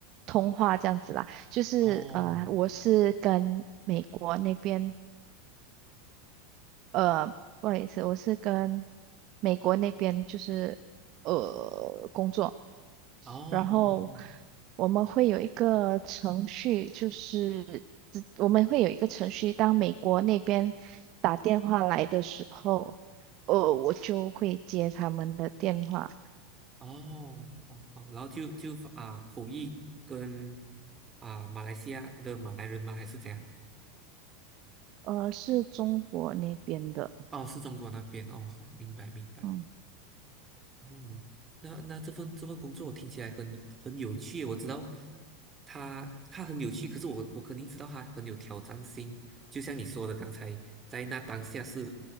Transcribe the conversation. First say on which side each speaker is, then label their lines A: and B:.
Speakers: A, on the right; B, on the right.
A: 通话这样子啦，就是呃，
B: 哦
A: 我是跟美国那边。呃，不好意思，我是跟美国那边就是呃工作，
B: 哦哦
A: 然后我们会有一个程序，就是只我们会有一个程序，当美国那边打电话来的时候，呃，我就会接他们的电话，
B: 哦哦，好好，然后就就啊口译跟啊马来西亚的马来人吗？还是怎样？
A: 呃，是中国那边的，
B: 哦，是中国那边哦，好，明白明白。
A: 嗯。
B: 嗯，那那这份这份工作听起来很很有趣，我知道他他很有趣，可是我我肯定知道他很有挑战性。就像你说的，刚才在那当下是